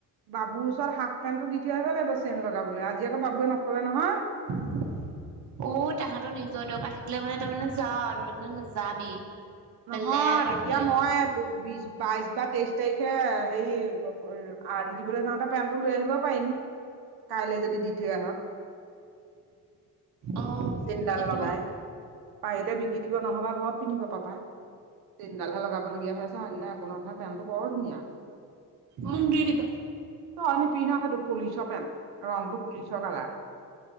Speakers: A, on the right; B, on the right.
A: বাবুৰ ওচৰত হাফ পেণ্টটো দি থৈ আহিব লাগিব চেইন লগাবলৈ আজি আকৌ বাবুৱে নকলে নহয়।
B: <unintelligible> অ', তাহাঁতৰ নিজৰ দৰকাৰ থাকিলে মানে তাৰ মানে যা ধৰিলে মানে নাযাবি।
A: নহয়
B: বেলেগ
A: তেতিয়া
B: আৰু দেই
A: মই বিজ বাইশ বা তেইশ তাৰিখে হেৰি আৰ্ট শিকিবলৈ যাওঁতে পেণ্টটো লৈ আহিব পাৰিম। কাইলে যদি দি থৈ আহ
B: অ
A: চেইনডাল
B: সেইটো
A: লগাই। পাৰিলে বিকি দিব নহবা ঘৰত পিন্ধিব পাপাই। চেইনডালহে লগাবলগীয়া হৈ হৈছে অন্য একোধনা পেটটো বৰ ধুনীয়া।
B: মোক দি দিবা
A: তই নিপিন্ধ সেইটো পুলিচ পেণ্ট ৰংটো পুলিচ কালাৰ।